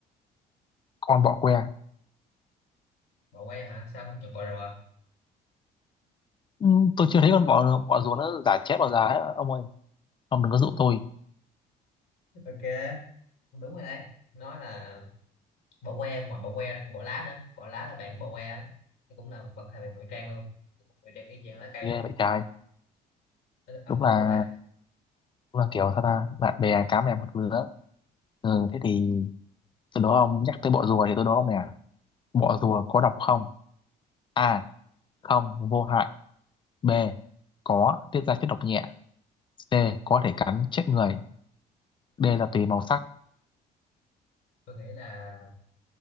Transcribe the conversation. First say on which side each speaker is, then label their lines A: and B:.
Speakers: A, on the left; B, on the left.
A: con bọ que
B: bọ que hả sao không chọn bọ rùa
A: ừ, tôi chưa thấy con bọ bọ rùa nó giả chết bao giờ ấy. ông ơi ông đừng có dụ tôi
B: ok đúng rồi đấy nó là bọ que ngoài bọ que ra còn bọ lá nữa bọ lá là bạn bọ que á. nó cũng là một vật thể về ngụy trang luôn ngụy trang y chang lá cây
A: ghê
B: luôn
A: vậy trai
B: Tới lượt ông
A: đúng
B: đó
A: là
B: tôi ấy
A: đúng là kiểu sao ta bạn bè cá mè một lứa ừ, thế thì từ đó ông nhắc tới bọ rùa thì tôi đố ông nè bọ rùa có độc không a không vô hại b có tiết ra chất độc nhẹ c có thể cắn chết người d là tùy màu sắc
B: tôi nghĩ là